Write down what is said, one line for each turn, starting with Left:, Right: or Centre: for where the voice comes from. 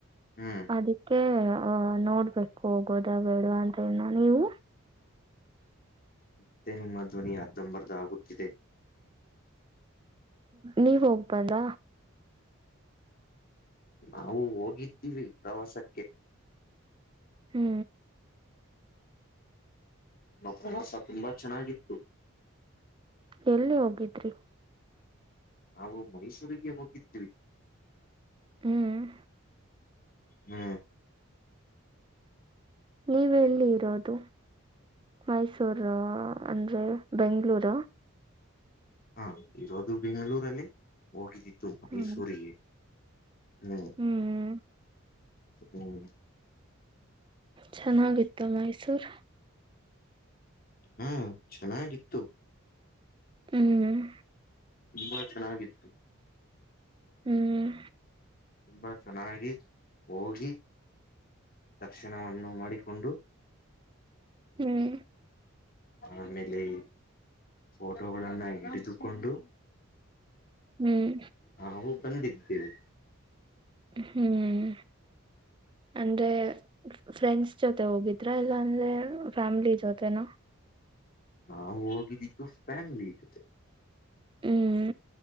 Left: ಹ್ಮ್
Right: ಅದಕ್ಕೆ ಅಹ ನೋಡ್ಬೇಕು ಹೋಗೋದ ಬೇಡ ಅಂತ ಹೇಳನ ನೀವು
Left: ಮತ್ತೆ ನಿಮ್ಮ ಧ್ವನಿ ಅರ್ಧಂಬರ್ಧ ಆಗುತ್ತಿದೆ
Right: ನೀವ್ ಹೋಗ್ಬಂದ್ರಾ
Left: ನಾವು ಹೋಗಿದ್ದೀವಿ ಪ್ರವಾಸಕ್ಕೆ
Right: ಹ್ಞೂ
Left: ನಮ್ಮ ಪ್ರವಾಸ ತುಂಬಾ ಚೆನ್ನಾಗಿತ್ತು
Right: ಎಲ್ಲಿ ಹೋಗಿದ್ರಿ
Left: ನಾವು ಮೈಸೂರಿಗೆ ಹೋಗಿದ್ವಿ
Right: ಹ್ಮ್
Left: ಹ್ಮ
Right: ನೀವೆ ಎಲ್ಲಿ ಇರೋದು ಮೈಸೂರು ಅಂದ್ರೆ ಬೆಂಗಳೂರು
Left: ಹಾ ಇರೋದು ಬೆಂಗಳೂರಲ್ಲಿ ಹೋಗಿದ್ದಿತ್ತು ಮೈಸೂರಿಗೆ
Right: ಹ್ಮ್
Left: ಹ್ಮ್
Right: ಹ್ಮ್
Left: ಹ್ಮ್
Right: ಚೆನ್ನಾಗಿತ್ತು ಮೈಸೂರ್
Left: ಹಾ ಚೆನ್ನಾಗಿತ್ತು
Right: ಹ್ಮ್
Left: ತುಂಬಾ ಚೆನ್ನಾಗಿತ್ತು
Right: ಹ್ಮ್
Left: ತುಂಬಾ ಚೆನ್ನಾಗಿ ಹೋಗಿ ದರ್ಶನವನ್ನು ಮಾಡಿಕೊಂಡು
Right: ಹ್ಮ್
Left: ಆಮೇಲೆ ಫೋಟೋಗಳನ್ನ ಹಿಡಿದುಕೊಂಡು
Right: ಹ್ಮ್
Left: ನಾವು ಬಂದಿದ್ದೇವೆ
Right: ಹ್ಮ್ ಅಂದ್ರೆ ಫ್ರೆಂಡ್ಸ್ ಜೊತೆ ಹೋಗಿದ್ರ ಇಲ್ಲಾ ಅಂದ್ರೆ ಫ್ಯಾಮಿಲಿ ಜೊತೆನ
Left: ನಾವು ಹೋಗಿದ್ದಿದ್ದು ಫ್ಯಾಮಿಲಿ ಜೊತೆ
Right: ಹ್ಮಞ